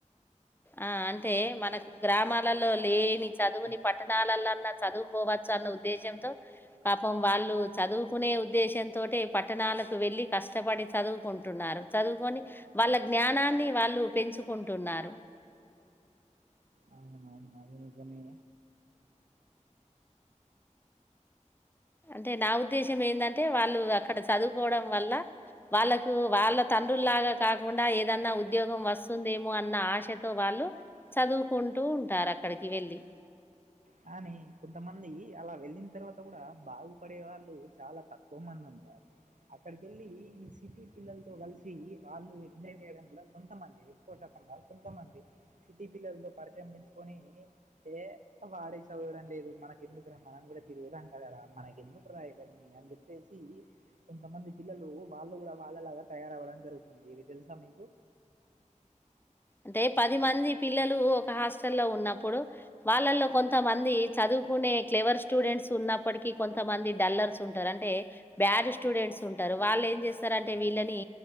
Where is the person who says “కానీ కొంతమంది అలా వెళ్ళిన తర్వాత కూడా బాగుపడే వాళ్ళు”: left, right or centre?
Right